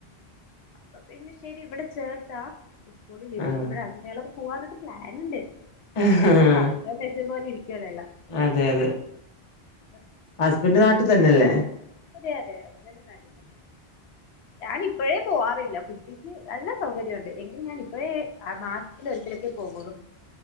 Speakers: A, on the left; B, on the left.
A: അപ്പൊ പിന്നെ ശരി ഇവിടെ ചേർത്താ സ്കൂള് ലീവ്ള്ളുമ്പഴേ
B: ആഹ്
A: അതിനേളം പോവാനൊക്കെ പ്ലാൻ ഇണ്ട്
B: ആഹ്
A: എന്തോ പടച്ചോൻ വെച്ചതുപോലെ ഇരിക്കുവല്ലോ എല്ലാം
B: അതെ അതെ
A: ഏഹ്
B: ഹസ്ബെന്റ് നാട്ടിലുണ്ടല്ലേ
A: അതെയതെ ഹസ്ബെന്റ് നാട്ടി തന്നെയ ഞാനിപ്പഴേ പോവാറില്ല കുട്ടിക്ക് നല്ല സൗകര്യോണ്ട് എങ്കിൽ ഞാനിപ്പഴേ ആ മാസ് സത്തിലൊരിക്കലൊക്കെ പോവള്ളൂ